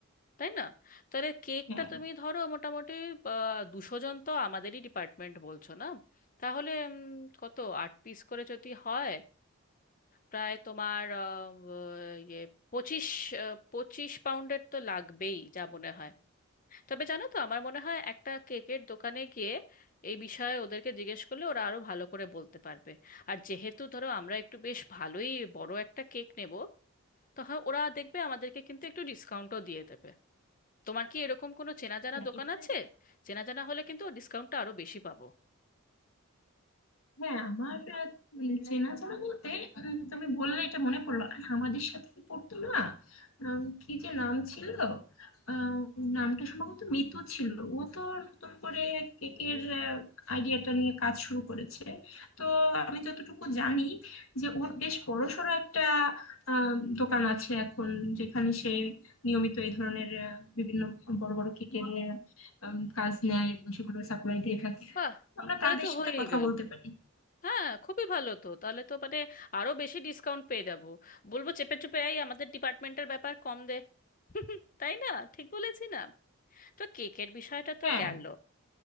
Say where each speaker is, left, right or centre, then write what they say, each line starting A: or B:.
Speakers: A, on the left; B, on the left.
A: তাই না তাহলে কেকটা
B: হ্যাঁ
A: তুমি ধরো মোটামুটি আহ, দুশো জন তো আমাদেরই ডিপার্টমেন্ট বলছো না তাহলে উম, কত আট পিস করে যদি হয় প্রায় তোমার আহ, ইয়ে পঁচিশ আহ, পঁচিশ পাউন্ডের তো লাগবেই যা মনে হয় তবে জানো তো আমার মনে হয় একটা কেকের দোকানে গিয়ে এই বিষয়ে ওদেরকে জিজ্ঞেস করলে ওরা আরো ভালো করে বলতে পারবে আর যেহেতু ধরো আমরা একটু বেশ ভালোই বড় একটা কেক নেব তখন ওরা দেখবে আমাদেরকে কিন্তু একটু ডিসকাউন্টও দিয়ে দেবে তোমার কি এরকম কোনো চেনা জানা
B: হ্যাঁ,
A: দোকান
B: এটা
A: আছে চেনা জানা হলে কিন্তু ডিসকাউন্টটা আরো বেশি পাবো
B: হ্যাঁ আমার আহ, উম, চেনাজানা বলতে উম, তুমি বললে এটা মনে পড়লো আর আমাদের সাথে পড়তো না আম, কি যে নাম ছিল আম, নামটা সম্ভবত মিতু ছিল ও তো নতুন করে কেকের আইডিয়াটা নিয়ে কাজ শুরু করেছে তো আমি যতটুকু জানি যে ওর বেশ বড়সড় একটা আম, দোকান আছে এখন যেখানে সে নিয়মিত এই ধরনের আহ, বিভিন্ন বড় বড় কেকের আহ, উম, কাজ নেয় এবং সেগুলো সাপ্লাই দিয়ে থাকে
A: বাহ
B: আমরা
A: তাহলে
B: তাদের
A: তো
B: সাথে
A: হয়েই
B: কথা
A: গেল
B: বলতে পারি
A: হ্যাঁ খুবই ভালো তো তাহলে তো মানে আরো বেশি ডিসকাউন্ট পেয়ে যাবো বলবো চেপে চুপে এই আমাদের ডিপার্টমেন্টের ব্যাপার কম দে <laughs> তাই না ঠিক বলেছি না তো কেকের বিষয়টা তো
B: হ্যাঁ
A: গেল